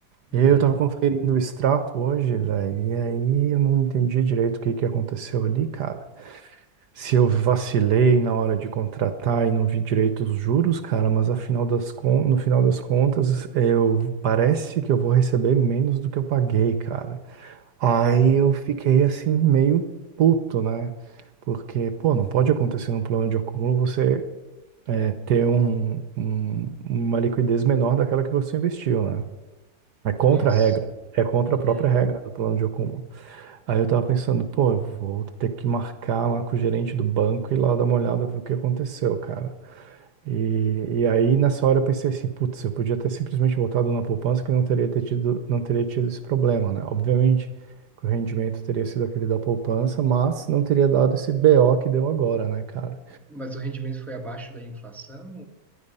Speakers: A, in the centre; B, on the right.
A: uhum.
B: E aí eu tava conferindo o extrato hoje, velho, e aí eu não entendi direito o que que aconteceu ali, cara. Se eu vacilei na hora de contratar e não vi direito os juros, cara, mas afinal das con- no final das contas, eu parece que eu vou receber menos do que eu paguei, cara. Aí
A: Hum,
B: eu fiquei assim meio puto, né? Porque, pô, não pode acontecer num plano de acúmulo você é, ter um, um- uma liquidez menor daquela que você investiu, né? É contra
A: Nossa.
B: a regra. É contra a
A: Uhum.
B: própria regra do plano de acúmulo. Aí eu tava pensando, pô, eu vou ter que marcar lá com o gerente do banco e lá dar uma olhada, ver o que aconteceu, cara. E, e aí nessa hora eu pensei assim, putz, eu podia ter simplesmente botado na poupança que não teria ter tido, não teria tido esse problema, né? Obviamente que o rendimento teria sido aquele da poupança, mas não teria dado esse BO que deu agora, né, cara?
A: Mas o rendimento foi abaixo da inflação?